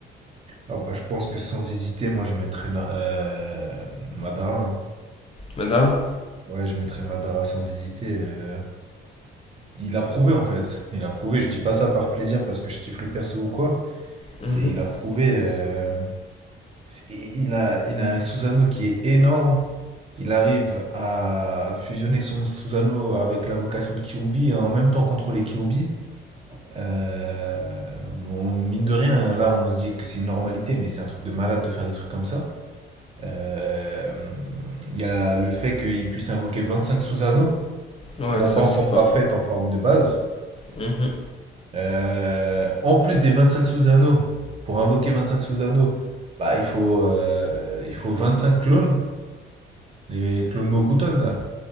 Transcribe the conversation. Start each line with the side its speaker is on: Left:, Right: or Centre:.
Right: Ah bah, je pense que sans hésiter, moi je mettrais Na- euh, Madara. hein.
Left: Madara
Right: Ouais, je mettrais Madara sans hésiter. euh. Il a prouvé en fait. Il a prouvé, je dis pas ça par plaisir parce que je kiffe le perso ou quoi.
Left: Mhm.
Right: C'est, il a prouvé. euh, c'est- Il a, il a un Susanoo qui est énorme. Il arrive à fusionner son Susanoo avec l'invocation de Kyuubi et en même temps contrôler Kyuubi. Euh, bon, mine de rien, là on se dit que c'est une normalité, mais c'est un truc de malade de faire des trucs comme ça. Euh, Il y a le fait qu'il puisse invoquer 25 sous-anneaux.
Left: Ouais,
Right: Bon,
Left: ça
Right: pas en
Left: c'est
Right: forme
Left: fort.
Right: parfaite, en forme de base.
Left: Mhm.
Right: Euh, en plus des 25 sous-anneaux, pour invoquer 25 sous-anneaux, bah, il faut, euh, il faut 25 clones, les clones Mokuton là,